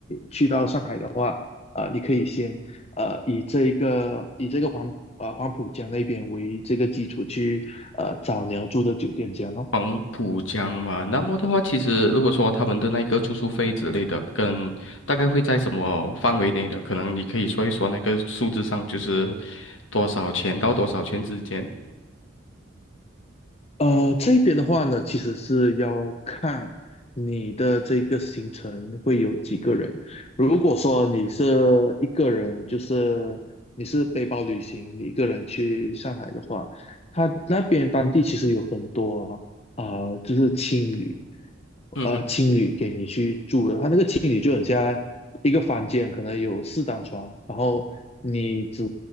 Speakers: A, on the left; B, on the left.
A: 去到上海的话，啊、呃你可以先呃以这一个以这个黄呃黄浦江那边为这个基础去呃找你要住的酒店这样咯。
B: 黄浦江嘛，那么的话，其实如果说他们的那个住宿费之类的，跟大概会在什么范围内呢？可能你可以说一说那个数字上，就是多少钱到多少钱之间。
A: 呃，这边的话呢，其实是要看你的这个行程会有几个人。如果说你是一个人，就是你是背包旅行，你一个人去上海的话，他那边当地其实有很多啊、就是青旅，
B: 嗯哼，
A: 呃，青旅给你去住的，它那个青旅就很像一个房间，可能有四张床，然后你只